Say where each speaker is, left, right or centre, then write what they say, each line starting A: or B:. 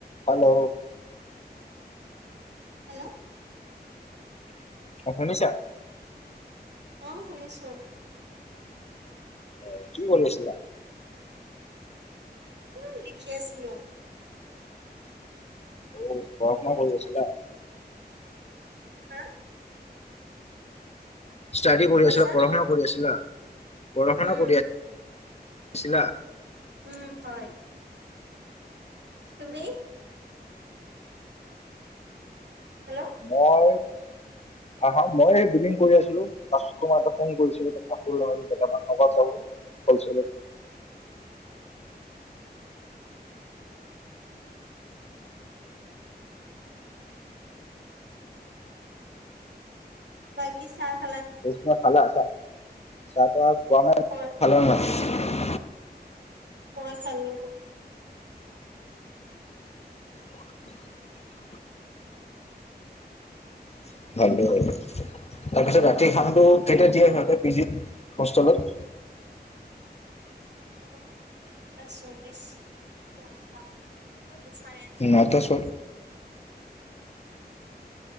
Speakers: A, on the left; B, on the right.
A: Hello
B: hello
A: অ' শুনিছা?
B: অ' শুনিছো।
A: অ কি কৰিছিলা?
B: এ লিখি আছিলো।
A: অ হ'ম ৱৰ্ক কৰি আছিলা।
B: হা,
A: ষ্টাডী
B: কি
A: কৰি
B: কৈছা
A: আছিলা, পঢ়া শুনা কৰি আছিলা? পঢ়া শুনা
B: উম
A: কৰি আছিলা?
B: উম, হয় তুমি? হেল্ল'
A: মই হা হা, মই এই বিলিং কৰি আছিলো, কাষ্টমাৰ এটা ফোন কৰিছিলে, <unintelligible> হ'লচেলত।
B: বাকি চাত
A: <unintelligible> আছা। <unintelligible>
B: অ মই
A: <unintelligible>
B: মই চালো। <inaudible>
A: <inaudible> <unintelligible> তাৰ পিছত ৰাতি খানাটো কেতিয়া দিয়ে সিহঁতে পিজিত, হোষ্টেলত?
B: <unintelligible> টা চল্লিছ। <unintelligible> চাৰে আঠটাৰ
A: নটা
B: পৰা
A: চত
B: <unintelligible>